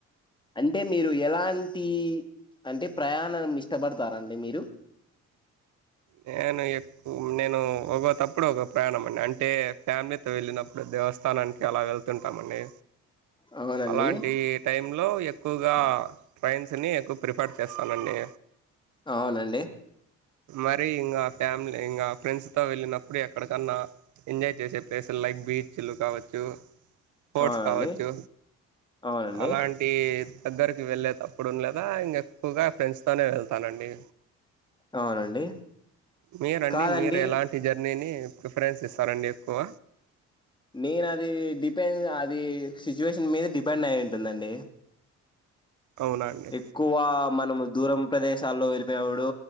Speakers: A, on the left; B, on the right.
A: అంటే మీరు ఎలాంటి అంటే ప్రయాణం ఇష్టపడతారండి మీరు
B: నేను ఎక్కు నేను ఒకో తప్పుడు ఒక ప్రయాణం అండి అం అంటే ఫ్యామిలీతో వెళ్ళనప్పుడు దేవస్థానానికి అలా వెల్త్ ళ్తుంటమండి
A: అవునండి
B: అలాంటి టైంలో ఎక్కువగా ట్రైన్స్ని ఎక్కువ ప్రిఫర్ చేస్తానండి
A: అవునండి
B: మరి ఇంగా ఫ్యామిలీ ఇంగా ఫ్రెండ్స్తో వెళ్ళినప్పుడు ఎక్కడికన్నా ఎంజాయ్ చేసే ప్లేసులు లైక్ బీచ్లు కావచ్చు స్పోర్ట్స్
A: అవునండి
B: కావచ్చు
A: అవునండి
B: అలాంటీ దగ్గరికి వెళ్ళే తప్పుడు ఉండ్లేదా ఇంగ ఎక్కువగా ఫ్రెండ్స్ తోనే వెళ్తానండి
A: అవునండి
B: మీరండి
A: కాదండి
B: మీరు ఎలాంటి జర్నీని ప్రిఫరెన్స్ ఇస్తారండి ఎక్కువ
A: నేను అది డిపెండ్ అది సిచ్యువేషన్ మీద డిపెండ్ అయి ఉంటుందండి
B: అవునా అండి
A: ఎక్కువ మనము దూరం ప్రదేశాల్లో వెళ్ళిపోయినప్పుడు